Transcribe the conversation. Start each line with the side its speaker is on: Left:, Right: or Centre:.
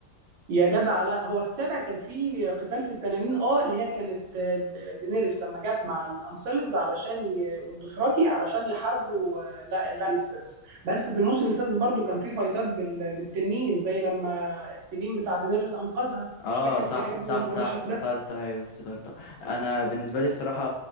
Right: يا جدع لا هو السابع كان فيه قتال في التنانين اه اللي هي كانت آه، د- دينيريس لما جت مع الانسلفز علشان ي... والدوثراكي علشان يحاربوا آه، لا اللانسترز بس في الموسم السادس برضو كان فيه فايتات بال... بالتنين زي لما التنين بتاع دينيريس انقذها
Left: اه
Right: مش فاكر
Left: صح
Right: يا ابني
Left: صح
Right: المشهد
Left: صح افتكرتها
Right: ده
Left: ايوه افتكرتها انا بالنسبه لي الصراحه